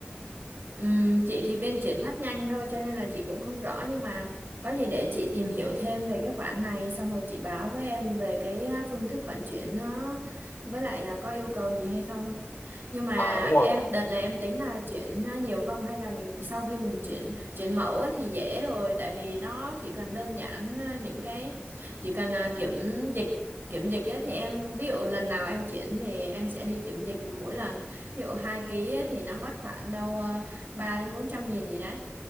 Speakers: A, on the right; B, on the left.
A: Ừm, chị thì bên chuyển phát nhanh thôi cho nên là chị cũng không rõ nhưng mà có gì để chị tìm hiểu thêm về cái khoản này xong rồi chị báo với em về cái à, phương thức vận chuyển nó với lại à, có yêu cầu gì hay không nhưng mà
B: à đúng rồi
A: em đợt này em tính là chuyển à, nhiều không hay là mình sau khi mình chuyển chuyển mẫu ấy thì dễ rồi tại vì nó chỉ cần đơn giản à, những cái chỉ cần à, kiểm dịch kiểm dịch ấy, thì em ví dụ lần nào em chuyển thì em sẽ đi kiểm dịch mỗi lần ví dụ hai ký ấy thì nó mất khoảng đâu à, ba đến bốn trăm nghìn gì đấy